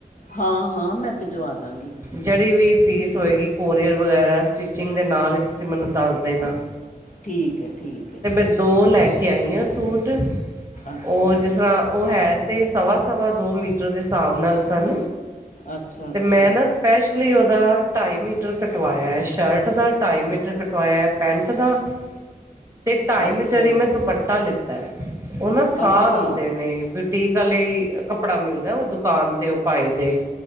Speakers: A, on the left (about 55°); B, on the right (about 20°).
A: ਹਾਂ-ਹਾਂ, ਮੈਂ ਭਿਜਵਾ ਦਾਂਗੀ।
B: ਜਿਹੜੀ ਵੀ ਪੀਸ ਹੋਏਗੀ, ਕੋਰੀਅਰ ਵਗੈਰਾ, ਸਟਿਚਿੰਗ ਦੇ ਨਾਲ ਹੀ ਤੁਸੀਂ ਮੈਨੂੰ ਦੱਸ ਦੇਣਾ।
A: ਠੀਕ ਹੈ, ਠੀਕ ਹੈ।
B: ਤੇ ਮੈਂ- ਦੋ ਲੈ ਕੇ ਆਈ ਹਾਂ ਸੂਟ,
A: ਅੱਛਾ
B: ਓਹ ਜਿਸ ਤਰ੍ਹਾਂ ਓਹ ਹੈ ਤੇ, ਸਵਾ- ਸਵਾ ਦੋ ਮੀਟਰ ਦੇ ਹਿਸਾਬ ਨਾਲ ਸਣ,
A: ਅੱਛਾ
B: ਤੇ
A: ਅੱਛਾ
B: ਮੈਂ ਨਾ ਸਪੈਸ਼ਲੀ ਉਹਦਾ ਢਾਈ ਮੀਟਰ ਕਟਵਾਇਆ ਹੈ ਸ਼ਰਟ ਦਾ। ਢਾਈ ਮੀਟਰ ਕਟਵਾਇਆ ਹੈ ਪੈਂਟ ਦਾ। ਤੇ ਢਾਈ
A: ਅੱਛਾ
B: ਮੀਟਰ ਹੀ ਮੈਂ ਦੁਪੱਟਾ ਲਿੱਤਾ ਹੈ ਉਹ ਨਾ ਥਾਨ
A: ਅੱਛਾ
B: ਹੁੰਦੇ ਨੇ। ਟੀਕ ਵਾਲੇ ਕੱਪੜਾ ਮਿਲਦਾ ਉਹ ਦੁਕਾਨ ਤੇ ਉਹ ਪਾਈ ਦੇ